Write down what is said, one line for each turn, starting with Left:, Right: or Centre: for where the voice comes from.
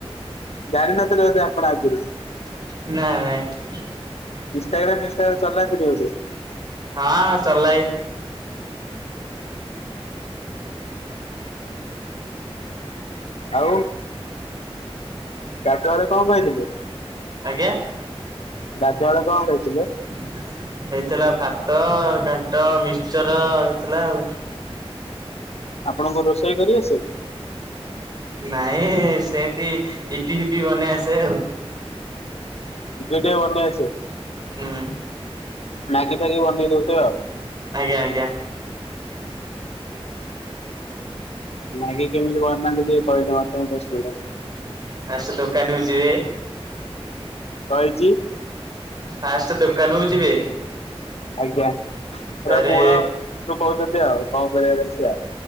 Left: ଜାଣିନଥିଲେ ବୋଧେ ଆପଣ ଆଗରୁ?
Right: ନାଇଁ।
Left: ଇନଷ୍ଟାଗ୍ରାମ ଫିଷ୍ଟାଗ୍ରାମ ଚଲାନ୍ତିନି ବୋଧେ?
Right: ହଁ ଚଲାଏ।
Left: ଆଉ ଗାଧୁଆ ବେଳେ କଣ ଖାଇଥିଲେ?
Right: ଆଜ୍ଞା?
Left: ଗାଧୁଆ ବେଳେ କଣ ଖାଇଥିଲେ?
Right: <inaudible> ହେଇଥିଲା ଭାତ, ଘାଣ୍ଟ, ମିକ୍ସ୍ଚର ହେଇଥିଲା ଆଉ।
Left: ଆପଣକୁ ରୋଷେଇ କରି ଆସେ?
Right: ନାଇଁ ସେନ୍ତି ଇପିି ଫିପି ବନେଇ ଆସେ ଆଉ।
Left: ଟିକେ-ଟିକେ ବନେଇ ଆସେ,
Right: ହୁଁ।
Left: ମ୍ୟାଗି ଫ୍ୟାଗି ବନେଇ ଦଉଥିବେ ଆଉ।
Right: ଆଜ୍ଞା-ଆଜ୍ଞା।
Left: ମ୍ୟାଗି କେମିତି ବନାନ୍ତି ଟିକେ କହିଲେ ମତେ ମୁଁ ଟିକେ ଶୁଣେ।
Right: ଫାଷ୍ଟ ଦୋକାନକୁୁ ଯିବେ।
Left: <inaudible>
Right: ଫାଷ୍ଟ ଦୋକାନକୁ ଯିବେ।
Left: ଆଜ୍ଞା ପୁରା
Right: ତାରେ
Left: ମୂଳରୁ କହୁଚନ୍ତି ଆଉ କଣ କରିବାର ଅଛି ଆଉ।